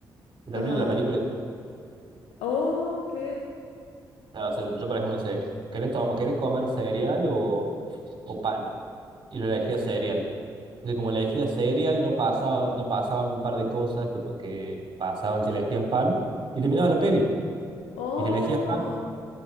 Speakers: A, on the right; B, on the left.
A: Te
B: ajá.
A: termina la película
B: Ok.
A: nada, o sea, yo por ejemplo, no sé, ¿querés, tom- ¿querés comer cereal o, o pan? Y yo elegía cereal. Entonces, como elegía cereal, no pasaba, no pasaban un par de cosas que, pa- que pasaban si elegías pan, y terminaba la peli.
B: Oh.
A: Y si elegías pan,